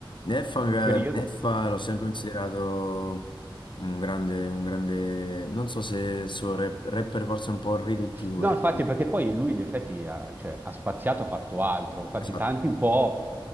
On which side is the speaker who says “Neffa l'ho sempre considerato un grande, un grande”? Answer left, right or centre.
Left